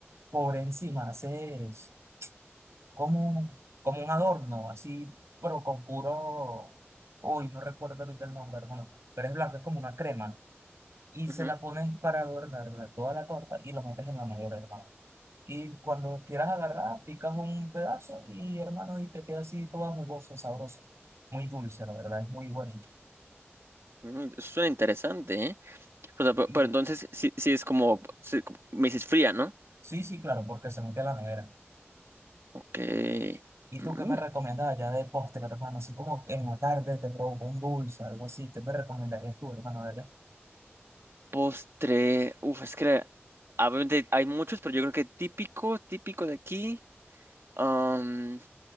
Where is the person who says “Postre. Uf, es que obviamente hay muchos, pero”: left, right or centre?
Right